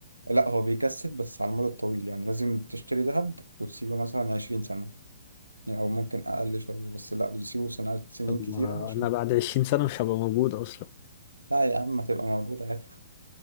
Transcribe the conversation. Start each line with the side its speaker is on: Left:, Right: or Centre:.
Right: لا هو بيكسب بس على المدى الطويل يعني لازم تشتري ذهب وتسيبه مثلا 20 سنة يعني او ممكن اقل شوية بس لا بتسيبه سنوات سنين
Left: طب
Right: كتيرة
Left: ما
Right: عشان
Left: انا بعد 20 سنه مش هبقى موجود اصلا
Right: لا يا عم ما تبقى موجودة عادي